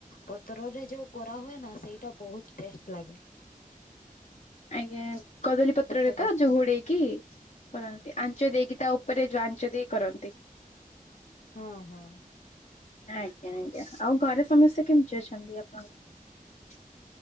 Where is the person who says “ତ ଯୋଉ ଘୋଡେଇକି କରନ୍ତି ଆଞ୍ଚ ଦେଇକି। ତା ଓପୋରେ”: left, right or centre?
Left